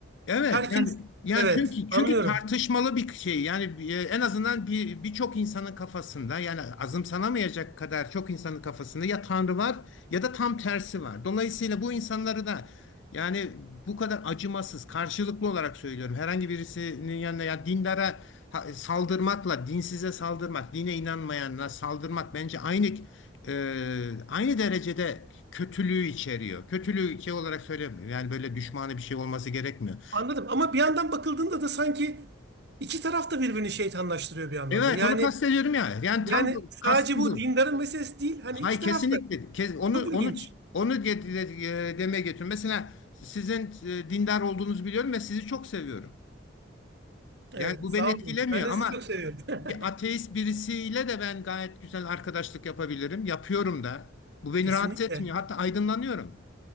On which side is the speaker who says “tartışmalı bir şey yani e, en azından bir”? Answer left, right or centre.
Left